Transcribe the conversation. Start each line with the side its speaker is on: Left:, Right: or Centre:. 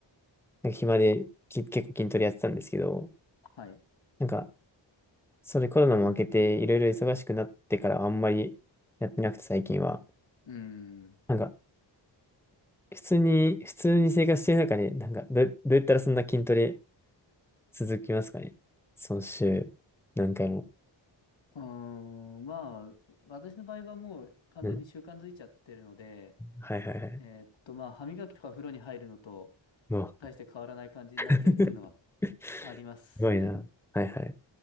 Centre: なんか暇でき結構筋トレやってたんですけど、
Left: はい。
Centre: なんかそれコロナも明けていろいろ忙しくなってからあんまりやってなくて最近は。
Left: うーん。
Centre: なんか、普通に、普通に生活してる中で、なんかどう、どうやったらそんな筋トレ続きますかねその週、何回も。
Left: うーん、まあ、私の場合はもう完全に習慣づいちゃってるので、
Centre: うん。はいはいはい。
Left: えーっと、まあ、歯磨きとか風呂に入るのと
Centre: うわ、
Left: 大して変わらない感じになってるっていうのは
Centre: <laughs> す
Left: ありますね。
Centre: ごいな。はいはい。